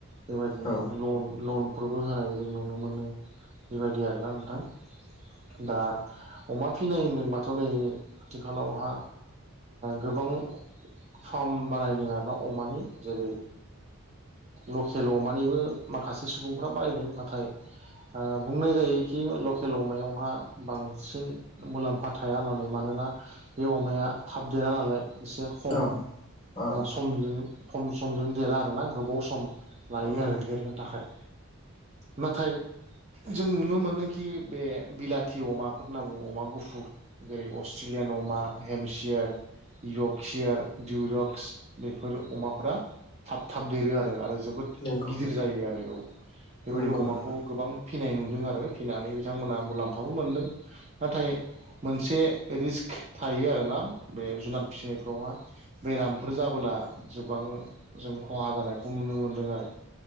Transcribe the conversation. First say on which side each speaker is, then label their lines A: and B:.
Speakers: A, on the right; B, on the left.
A: बेबायदि
B: औ
A: लन लन बो होनाय जों नुनो मोनो बेबायदि आरोना नोंथां दा अमा फिनाय होनदोंबाथ' नै आथिखालावहा गोबां फार्म बानायदों आर ना अमानि जेरै लकेल अमानिबो माखासे सुबुंफ्रा बारायदों नाथाय बुंनाय जायोखि लकेल अमायावहा बांसिन मुलाम्फा थाया होननानै मानोना बे अमाया थाबदेरा नालाय एसे खम
B: औ औ
A: सम खम समजों देरा आरोना गोबाव सम सम लायो
B: नंगौ
A: आरो देरनो थाखाय नाथाय जों नुनो मोनोखि बे बिलाथि अमाफोर होनना बुङो अमा गुफुर जेरै अस्ट्रेलियान अमा हेमसियार जगसियार उरक्स बेफोर अमाफोरा थाब थाब देरो आरो आरो जोबोद
B: नंगौ
A: गिदिर जायो आरो औ बेबायदि
B: नंगौ
A: अमाखौ
B: नंगौ
A: गोबां फिनाय नुदों आरो फिनानै बिथांमोना मुलाम्फाबो मोनदों नाथाय मोनसे रिस्क थायो आरो ना बे जुनाद फिसिनायफ्रावहा बेरामफोर जाबोला गोबां जों खहा जानायखौ नुनो मोनदों आरो